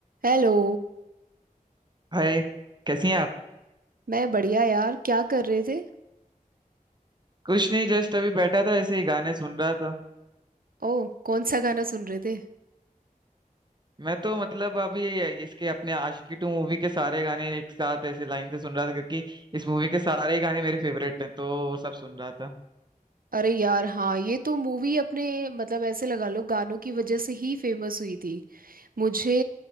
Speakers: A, on the right; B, on the right.
A: हेलो
B: हाय कैसी हैं आप
A: मैं बढ़िया यार क्या कर रहे थे
B: कुछ नहीं जस्ट अभी बैठा था ऐसे ही गाने सुन रहा था
A: ओह कौन सा गाना सुन रहे थे
B: मैं तो मतलब अभी इसके अपने आशिकी टू मूवी के सारे गाने एक साथ ऐसे लाइन से सुन रहा था क्योंकि इस मूवी के सारे ही गाने मेरे फेवरेट हैं तो वो सब सुन रहा था
A: अरे यार हाँ ये तो मूवी अपने मतलब ऐसे लगा लो गानों की वजह से ही फेमस हुई थी मुझे